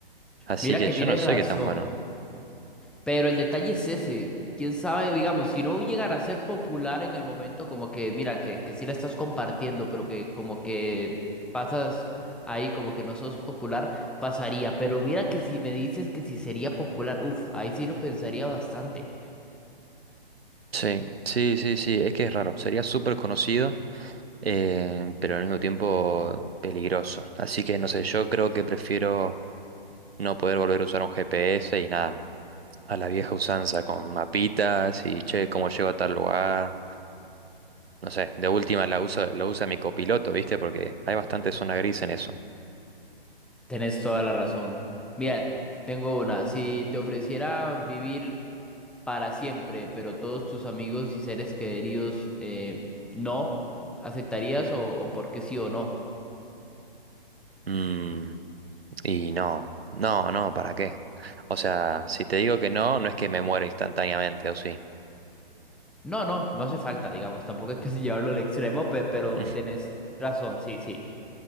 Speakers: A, on the right (about 85°); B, in the centre.
A: Así
B: Mira
A: que
B: que
A: yo
B: tienes
A: no sé
B: razón.
A: qué tan bueno.
B: Pero el detalle es ese, quién sabe, digamos, si no llegara a ser popular en el momento, como que, mira, que, que sí la estás compartiendo, pero que como que pasas ahí, como que no sos popular, pasaría. Pero mira que si me dices que si sería popular, uff, ahí sí lo pensaría bastante.
A: Sí, sí, sí, sí, es que es raro. Sería súper conocido, eh, pero al mismo tiempo peligroso. Así que no sé, yo creo que prefiero no poder volver a usar un GPS y nada. A la vieja usanza, con mapitas y che, cómo llego a tal lugar. No sé, de última la usa, lo usa mi copiloto, ¿viste? Porque hay bastante zona gris en eso.
B: Tenés toda la razón. Mira, tengo una, si te ofreciera vivir para siempre, pero todos tus amigos y seres queridos, eh, no, ¿aceptarías o, o por qué sí o no?
A: Mm, y no, no, no, ¿para qué? O sea, si te digo que no, no es que me muero instantáneamente, ¿o sí?
B: No, no, no hace falta, digamos, tampoco hay que <laughs> llevarlo al extremo, pe- pero
A: <laughs>
B: tenés razón, sí, sí.